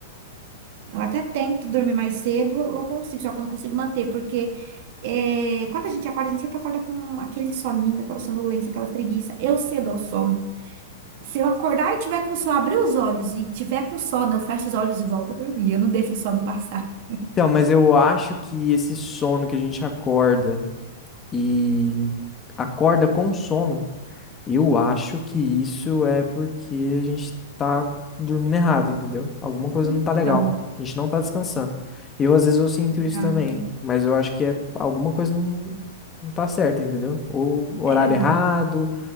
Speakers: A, on the right; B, on the left.
A: Eu até tento dormir mais cedo, eu eu consigo, só que eu não consigo manter, porque é, quando a gente acorda, a gente sempre acorda com aquele soninho, aquela sonolência, aquela preguiça. Eu cedo ao sono. Se eu acordar e tiver com sono, abrir os olhos e tiver com sono, eu fecho os olhos e volto a dormir. Eu não deixo o sono passar.
B: Então, mas eu acho que esse sono que a gente acorda e acorda com sono, eu acho que isso é porque a gente tá dormindo errado, entendeu? Alguma coisa
A: Então,
B: não tá legal. A gente não tá descansando. Eu, às vezes, eu sinto isso
A: já-
B: também, mas eu acho que é alguma coisa não, não tá certa, entendeu? Ou horário
A: é,
B: errado,